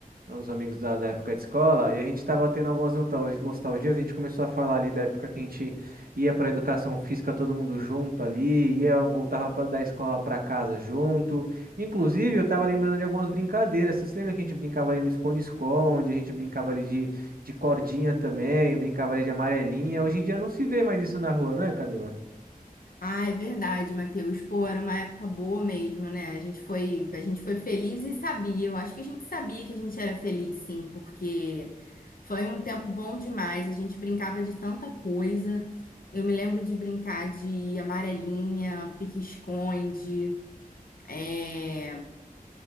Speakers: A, on the right; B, on the left.
A: uns amigos da, da época de escola, e a gente tava tendo algumas nostal- nostalgias. A gente começou a falar ali da época que a gente ia pra educação física todo mundo junto ali, ia, voltava pra, da escola pra casa junto. Inclusive, eu tava lembrando de algumas brincadeiras. Você se lembra que a gente brincava ali no esconde-esconde, a gente brincava ali de, de cordinha também, brincava ali de amarelinha. Hoje em dia não se vê mais isso na rua, não é, Camila?
B: Ah, é verdade, Matheus. Pô, era uma época boa mesmo, né? A gente foi, a gente foi feliz e sabia. Eu acho que a gente sabia que a gente era feliz, sim, porque foi um tempo bom demais. A gente brincava de tanta coisa. Eu me lembro de brincar de amarelinha, pique-esconde, é,